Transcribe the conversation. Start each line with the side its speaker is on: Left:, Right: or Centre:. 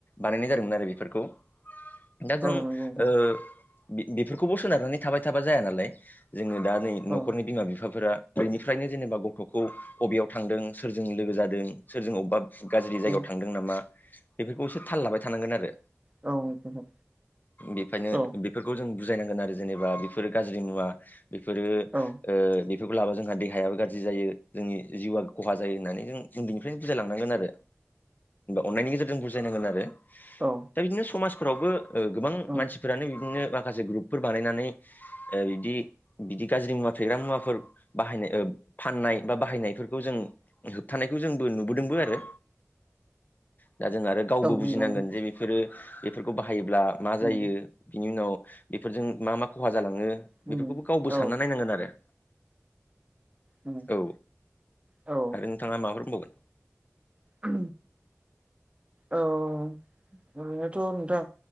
Left: बानायनाय जादोंमोन आरो बेफोरखौ। दा जों
Right: औ नंगौ नोंथां
Left: ओ बेफोरखौबो सोनारनानै थाबाय थाबा जाया नालाय जोङो दा। नै न'खरनि
Right: औ
Left: बिमा बिफाफोरा बेनिफ्रायनो जेनेबा गथ'खौ बबेयाव थांदों सोरजों लोगो जादों सोरजों अबेबा गाज्रि जायगायाव
Right: ओम
Left: थांदों नामा? बेफोरखौ एसे थाल लाबाय थानांगोन आरो
Right: औ नोंथां
Left: बेखायनो
Right: औ
Left: बेफोरखौ जों बुजायनांगोन आरो जेनेबा बेफोरो गाज्रि मुवा बेफोरो।
Right: औ
Left: ओ बेफोरखौ लाबा जोंहा देहायाबो गाज्रि जायो जोंनि जिउआ खहा जायो होननानै जों उन्दैनिफ्रायनो बुजाय लांनांगोन आरो। जेनेबा अन्नायनि गेजेरजों बुजायनांगोन आरो।
Right: औ।
Left: दा बिदिनो समाजफोरावबो ओ गोबां
Right: औ
Left: मानसिफोरानो बिदिनो माखासे ग्रुपफोर बानायनानै ओ बिदि बिदि गाज्रि मुवा फेग्रा मुवाफोर बाहायनाय ओ फाननाय बा बाहायनायफोरखौ जों होबथानायखौ जोंबो नुबोदोंबो आरो दा जों आरो गावबो बुजिनांगोन
Right: नंगौ नोंथां
Left: जे बेफोरो बेफोरखौ बाहायोब्ला मा
Right: ओम
Left: जायो बिनि उनाव बेफोरजों मा मा खहा जालाङो
Right: ओम
Left: बेफोरखौबो गावबो
Right: औ
Left: सानना नायनांगोन आरो।
Right: ओम
Left: औ
Right: औ
Left: आरो नोंथाङा माबाफोर बुंबावगोन?
Right: उ। औ ओरैनोथ' नोंथां